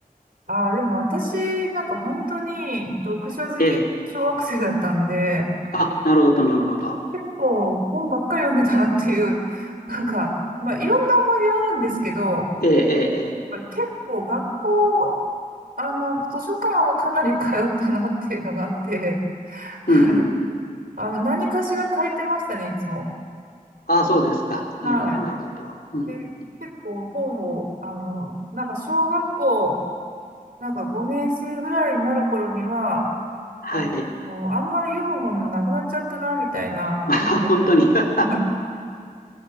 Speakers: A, on the right; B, on the left.
A: あー、でも私、なんか本当に読書好き、
B: ええ。
A: 小学生だったんで、
B: あ、なるほど、なるほど。
A: 結構本ばっかり読んでたなっていう、<laughs> なんか、まあいろんな思い出はあるんですけど、
B: ええ、ええ、ええ。
A: やっぱ結構学校、あの、図書館はかなり通ったなっていうのがあって、はい。
B: うん、うん
A: あの、何かしら借りてましたね、いつも。
B: ああ、そうですか。
A: はい。
B: なるほど、なるほど。うん。
A: で、結構本を、あの、なんか小学校、なんか5年生ぐらいになる頃には、
B: はい。
A: あ、
B: <laughs>
A: もう、あんまり読む本なくなっちゃったな、みたいな。
B: まあ、本当に <laughs>
A: <laughs>